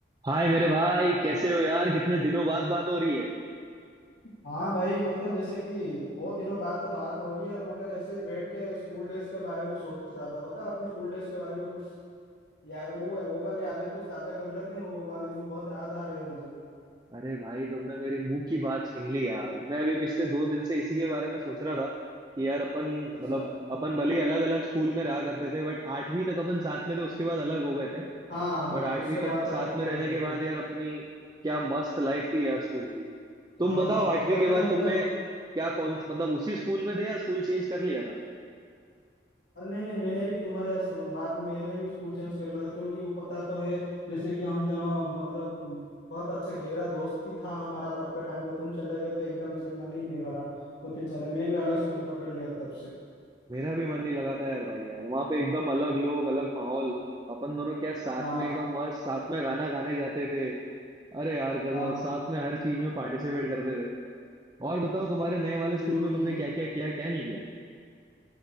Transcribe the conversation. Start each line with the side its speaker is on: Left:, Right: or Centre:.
Right: हाय मेरे भाई कैसे हो यार कितने दिनों बाद बात हो रही है
Left: हाँ भाई मतलब जैसे कि बहुत दिनों बाद तो बात हो रही है मगर ऐसे बैठ के स्कूल डेज के बारे में सोच रहा था बता अपने स्कूल डेज के बारे में कुछ या वो वो वाले यादें भी कुछ ताजा कर लेते हैं वो वाले दिन बहुत याद आ रहे हैं मुझे
Right: अरे भाई तुमने मेरी मुंह की बात छीन ली यार मैं अभी पिछले दो दिन से इसी के बारे में सोच रहा था कि यार अपन
Left: अच्छा
Right: मतलब अपन भले ही अलग अलग स्कूल में रहा करते थे बट आठवीं तक अपन साथ में थे उसके बाद अलग हो गए थे
Left: हाँ हाँ
Right: बट आठवीं
Left: उसके
Right: तक
Left: बाद
Right: में
Left: तो
Right: साथ
Left: अलग
Right: में
Left: ही हो
Right: रहने
Left: गए
Right: के बाद
Left: थे
Right: यार अपनी क्या मस्त लाइफ थी यार स्कूल की तुम
Left: हाँ
Right: बताओ
Left: तब
Right: आठवीं
Left: तक
Right: के
Left: तो
Right: बाद
Left: मतलब
Right: तुमने क्या कौन मतलब उसी स्कूल में थे या स्कूल चेंज कर लिया था
Left: अरे नहीं नहीं मैंने भी तुम्हारे स- बाद में मैंने भी स्कूल चेंज कर लिया था क्योंकि वो पता तो है जैसे कि हम दोनों मतलब बहुत अच्छे गहरा दोस्ती था हमारा तब के टाइम पे तुम चले गए तो एकदम से मन ही नहीं भरा तो फिर चले मैं भी अलग स्कूल पकड़ लिया तब से
Right: मेरा भी मन नहीं लगा था यार भाई यार वहां पे एकदम अलग लोग अलग माहौल अपन दोनों क्या साथ
Left: हाँ
Right: में एकदम मस्त साथ में गाना गाने जाते थे अरे यार गजब
Left: हाँ
Right: साथ में हर चीज में पार्टिसिपेट करते थे और बताओ तुम्हारे नए वाले
Left: हम्म
Right: स्कूल में तुमने क्या क्या किया क्या नहीं किया